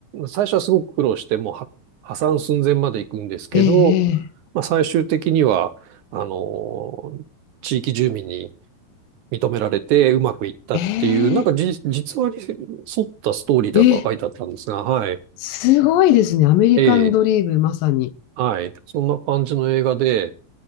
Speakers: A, on the right; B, on the left.
A: 最初はすごく苦労して、もうは破産寸前まで行くんですけど、
B: えええ
A: まあ、最終的には、あの、地域住民に認められてうまくいったっていう、
B: ええ
A: なんかじ、実話に沿ったストーリーだとは書いてあったんですが、
B: ええ
A: はい。
B: すごいですね。アメリカンドリーム、
A: ええ、
B: まさに。
A: はい。そんな感じの映画で、